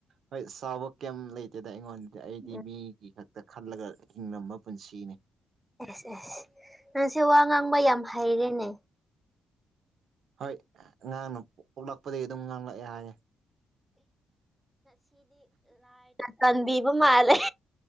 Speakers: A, on the right; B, in the centre.
A: ꯍꯣꯏ ꯁꯥꯕ ꯀꯩꯝ ꯂꯩꯇꯦꯗ ꯑꯩꯉꯣꯟꯗꯗꯤ ꯑꯩꯗꯤ
B: ꯎꯝ
A: ꯃꯤꯒꯤ ꯈꯛꯇ ꯇ ꯈꯜꯂꯒ ꯍꯤꯡꯉꯝꯕ ꯄꯨꯟꯁꯤꯅꯤ
B: ꯑꯦꯁ ꯑꯦꯁ ꯅꯪꯁꯦ ꯋꯥ ꯉꯥꯡꯕ ꯌꯥꯝ ꯍꯩꯔꯦꯅꯦ
A: ꯍꯣꯏ ꯉꯥꯡꯅ ꯄ ꯄꯗꯒꯤ ꯑꯗꯨꯝ ꯉꯥꯡꯂꯛꯑꯦ ꯍꯥꯏꯌꯦꯦ
B: ꯀꯟꯗꯤꯄ ꯃꯥꯂꯦ